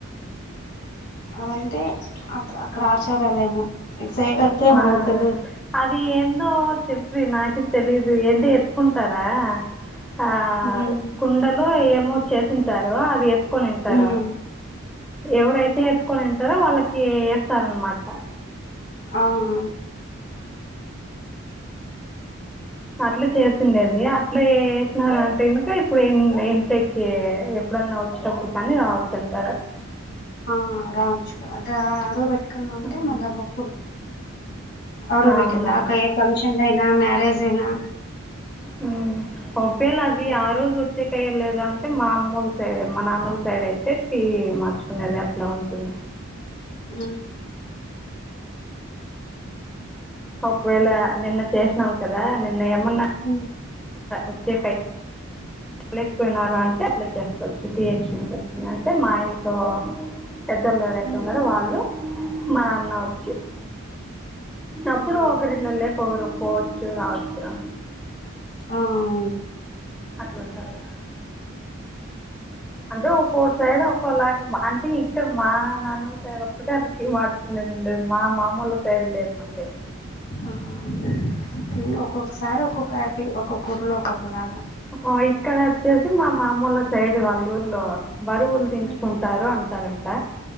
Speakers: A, on the left (about 50°); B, in the centre.
A: అవంటే అ అక్కడ ఆచారాలేమో ఇటు సైడ్ అయితే మనకు
B: ఆ
A: తెలియదు
B: అది ఏందో చెప్పి నాకు తెలీదు ఏంటో ఎత్తుకుంటారా ఆ
A: ఉమ్
B: కుండలు ఏమో చేసింటారూ అది ఎత్తుకొనింటారు
A: ఉమ్
B: ఎవరైతే ఎత్తుకొని ఇంటారో వాళ్ళకి వేస్తారు అన్నమాట
A: ఆహా
B: పర్లు చేసిండేది అట్లా చేసినారు అంటే కనుక ఇప్పుడు ఇంట్లోకి ఎప్ ఎప్పుడన్నా వచ్చేటప్పుడు కానీ రావచ్చు అంటార
A: ఆ రాచూ అట అడవు బట్టి ఎక్క ఉంటే
B: ఉమ్.
A: మల్లా పోకూడదు అడ
B: అవునవును
A: పెట్టింది ఆకా ఎక్ ఫంక్షన్లైన మ్యారేజ్ ఐనా
B: ఉ పంపియాల
A: ఇంకా
B: అది ఆ రోజు వచ్చే కైయలెదన్ అంటే మా అమ్మోల సైడ్ మా నాన్నోల సైడ్ అయితే టీ మార్చుకునేది అట్లా ఉంటుంది
A: ఉ
B: ఒకవేళ నిన్న చేసినాం కదా నిన్న ఏమన్నా
A: హ
B: ఉచ్చే ఫై చేయలేకపోయినారంటే అట్లా చేసుకోవచ్చు టీ ఎక్సంజ్ వస్తుంది అంటే మా ఇంట్ సో పెద్దోళ్ళు ఎవరైతే
A: ఉమ్
B: ఉన్నారో వాళ్ళు మా అన్న వచ్చి అప్పుడు
A: ఆ
B: ఒకరిల్లల్లే ఒకరు పోవచ్చు రావచ్చు
A: ఆవును
B: అట్లుంటయి అంటే ఒక్కోసైడ్ ఒక్కోలాగ అంటే ఇక్కడ మా నాన్న సైడ్ ఒక్కటే అట్లా టీ మర్చ్ ఉండేది ఉండేది మా మామూలు సైడ్ లేదు మళ్ళీ
A: ఆ ఒక్కొక్కసారి ఒక్కొక్కటి ఒక్కొక్కరలో ఒక్కొక్కలాగా
B: ఆ ఇక్కడ వచ్చేసి మా మామోల సైడ్ వాళ్ళ ఊర్లో బరువులు దించుకుంట
A: ఉమ్
B: టారు అంటారంట